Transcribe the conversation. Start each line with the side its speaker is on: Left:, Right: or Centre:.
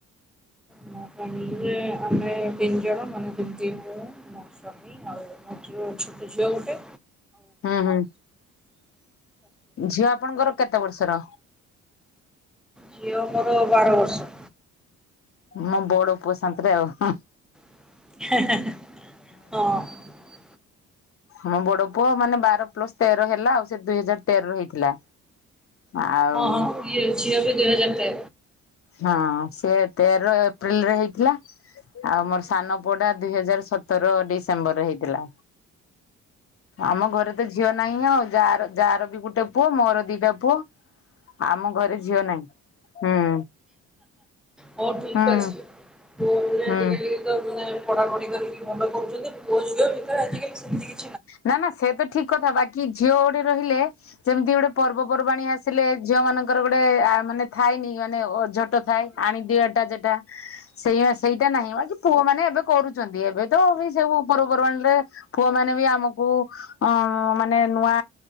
Centre: ମୋ ଫ୍ୟାମିଲିରେ ଆମେ ତିନି ଜଣ ମାନେ ଯେମତି ମୁଁ ମୋ ସ୍ଵାମୀ ଆଉ ମୋ ଝୁଅ ଛୋଟ ଝିଅ ଗୋଟେ
Left: ହୁଁ ହୁଁ ଝିଅ ଆପଣଙ୍କର କେତେ ବର୍ଷର?
Centre: ଝିଅ ମୋର ବାର ବର୍ଷର।
Left: ମୋ ବଡ ପୁଅ ସାଥିରେ ଆଉ।
Centre: ହଁ
Left: ମମ ବଡ ପୁଅ ମାନେ ବାର ପ୍ଲସ ତେର ହେଲା ଆଉ ସେ ଦୁଇହଜାରତେରରେ ହେଇଥିଲା। ଆଉ
Centre: ହଁ ହଁ ଇଏ ଝିଅ ବି ଦୁଇହଜ
Left: ହଁ ସେ ତେରଏପ୍ରିଲ ରେ ହେଇଥିଲା ଆଉ ମୋର ସାନ ପଅଡା ଦୁଇହଜାରସତର ଡିସେମ୍ବରରେ ହେଇଥିଲା ଆମ ଘରେ ତ ଝିଅ ନାହିଁ ଆଉ ଯା ଯାହାର ବି ଗୋଟେ ପୁଅ ମୋର ଦିଟା ପୁଅ ଆମ ଘରେ ଝିଅ ନାହିଁ ହୁଁ।
Centre: ହଉ ଠିକ୍
Left: ହୁଁ
Centre: ଅଛି। <inaudible>
Left: ହୁଁ।
Centre: ପଢାପାଢି କରିକି ଭଣ୍ଡ କରୁଛନ୍ତି ଭୋଜ ଭିତରେ ଆଜି କାଲି ସେମିତି
Left: ନା ନା ସେ ତ ଠିକ କଥା ବାକି କି ଝିଅ ଗୋଟେ ରହିଲେ ଯେମିତି ଗୋଟେ ପର୍ବପର୍ବାଣୀ ଆସିଲେ ଝିଅ ମାନଙ୍କର ଗୋଟେ ମାନେ ଥଏନି ମାନେ ଝୋଟ ଥାଏ ଆଣିଦିଅ ଟା ଯେଟା ସେଇ ସେଇଟା ନାହିଁ ବା କି ପୁଅମାନେନେ ଏବେ କରୁଛନ୍ତି ଏବେ ତ ବି ସବୁ ଉପରପମାଣରେ ପୁଅ ମାନେ ବି ଆମକୁ ଅ ମାନେ ନୂଆ